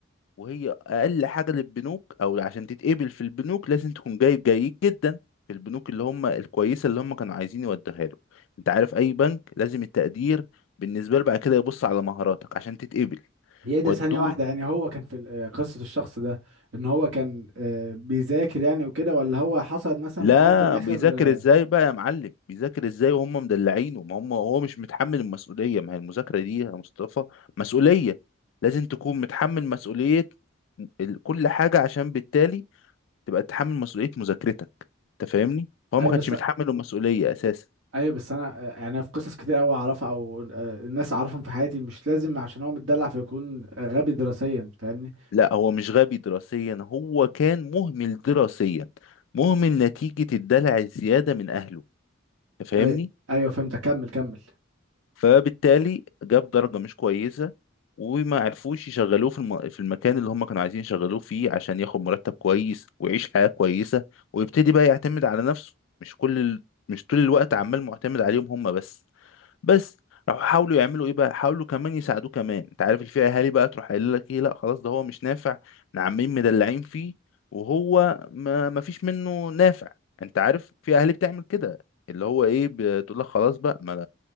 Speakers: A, on the left (about 70°); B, on the right (about 90°).
A: وهي اقل حاجه للبنوك او عشان تتقبل في البنوك لازم تكون جايب جيد جدا في البنوك اللي هم الكويسه اللي هم كانوا عايزين يوديها له انت عارف اي بنك لازم التقدير بالنسبه له بعد كده يبص على مهاراتك عشان تتقبل
B: هي ده
A: ودوه
B: ثانية واحدة يعني هو كان في ال- آه، قصة الشخص ده ان هو كان آه، بيذاكر يعني وكده ولا هو حصل مثلا
A: لا
B: معاه في الاخر
A: بيذاكر
B: آه،
A: ازاي بقى يا معلم بيذاكر ازاي وهم مدلعينه ما هم هو مش متحمل المسؤوليه ما هي المذاكره دي يا مصطفى مسؤوليه لازم تكون متحمل مسؤوليه ال- كل حاجه عشان بالتالي تبقى تتحمل مسؤولية مذاكرتك انت فاهمني هو
B: ايوه
A: ما كانش
B: بس
A: متحمل المسؤولية اساسا
B: ايوه بس انا آه، يعني انا في قصص كتير قوي اعرفها او آه، الناس اعرفهم في حياتي مش لازم عشان هو متدلع فيكون غبي دراسيا فاهمني
A: لا هو مش غبي دراسيا هو كان مهمل دراسيا مهمل نتيجة الدلع الزيادة من اهله انت فاهمني
B: ايوه ايوه فهمت كمل كمل
A: فبالتالي جاب درجة مش كويسة وما عرفوش يشغلوه في الم... في المكان اللي هم كانوا عايزين يشغلوه فيه عشان ياخد مرتب كويس ويعيش حياة كويسة ويبتدي بقى يعتمد على نفسه مش كل ال... مش طول الوقت عمال معتمد عليهم هم بس بس راحوا حاولوا يعملوا ايه بقى حاولوا كمان يساعدوه كمان انت عارف الفئه اهالي بقى تروح قايل لك ايه لا خلاص ده هو مش نافع احنا عمالين مدلعين فيه وهو ما ما فيش منه نافع انت عارف في اهالي بتعمل كده اللي هو ايه بتقول لك خلاص بقى ما